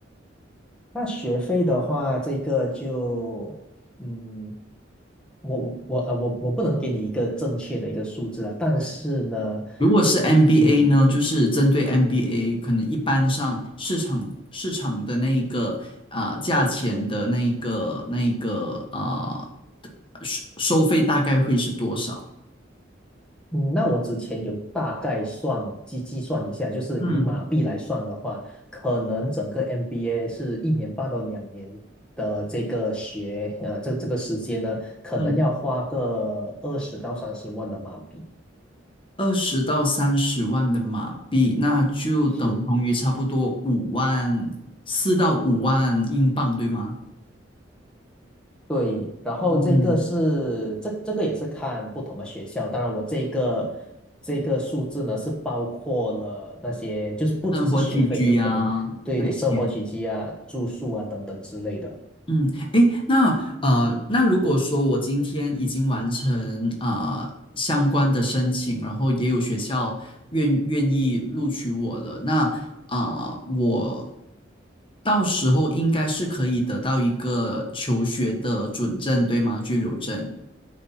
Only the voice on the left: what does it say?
如果是 MBA
呢，就是针对 MBA，可能一般上市场市场的那一个啊、呃价钱的那一个那一个啊、呃、收收费大概会是多少？
嗯
嗯，二十到三十万的马币，那就等同于差不多五万四到五万英镑，
对吗？
嗯，
生活起居呀、
那些，
嗯，诶，那呃，那如果说我今天已经完成啊、呃相关的申请，然后也有学校愿愿意录取我了，那啊、呃我到时候应该是可以得到一个求学的准证，对吗？居留证、